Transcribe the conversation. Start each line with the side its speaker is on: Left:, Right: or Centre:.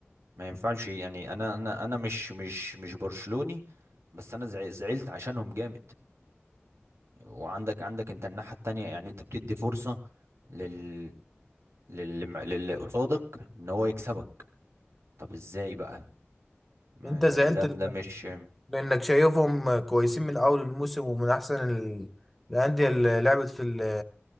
Right: ما ينفعش يعني انا انا انا مش مش مش برشلوني بس انا زع- زعلت عشانهم جامد وعندك عندك انت الناحية التانية يعني انت بتدي فرصة لل لل للي قصادك ان هو يكسبك طب ازاي بقى ما
Centre: انت زعلت
Right: يعني ده ده
Centre: ل-
Right: مش
Centre: لأنك شايفهم كويسين من أول الموسم ومن أحسن ال- الأندية اللي لعبت في ال-